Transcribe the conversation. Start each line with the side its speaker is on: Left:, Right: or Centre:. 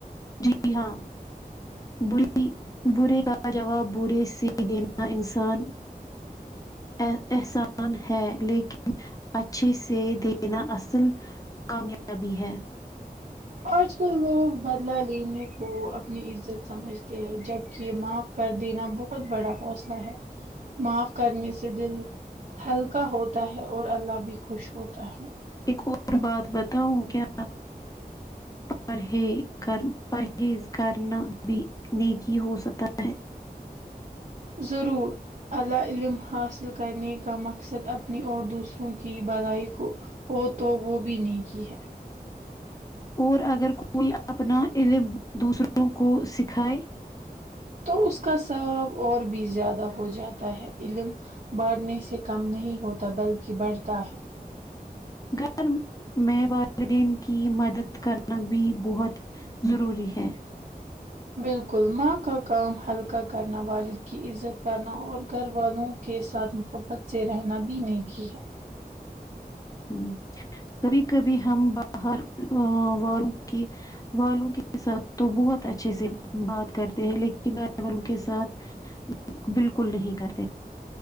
Left: جی ہاں بری برے کا جواب برے سے دینا انسان ا احسان ہے لیکن اچھے سے دینا اصل کامیابی ہے
Right: آج کل لوگ بدلا لینے کو اپنی عزت سمجھتے ہیں جبک یہ معاف کر دینا بہت بڑا حوصلہ ہے معاف کرنے سے دل ہلکا ہوتا ہے اور اللہ بھی خوش ہوتا ہے
Left: ایک اور بات بتاؤں کیا
Right: ج <unintelligible>
Left: ز پرہیز کرنا بھی نیکی ہو سکتا ہے
Right: ضرور علی علم حاصل کرنے کا مقصد اپنی اور دوسروں کی بھلائی کو وہ تو وہ بھی نیکی ہی ہے
Left: اور اگر کوئی اپنا علم دوسروں کو سکھائے
Right: تو اس کا ثواب اور بھی زیادہ ہو جاتا ہے علم بڑھنے سے کم نہیں ہوتا بلکہ بڑھتا ہے
Left: گھر میں والدین کی مدد کرنا بھی بہت ضروری ہے
Right: بالکل ماں کا کام ہلکا کرنا والد کی عزت کرنا اور گھر والوں کے ساتھ محبت سے رہنا بھی نیکی ہے
Left: ہ کبھی کبھی ہم باہر والوں کی والوں کے ساتھ تو بہت اچھے سے بات کرتے ہیں لیکن گ والوں کے ساتھ
Right: <unintelligible>
Left: بالکل نہیں کرتے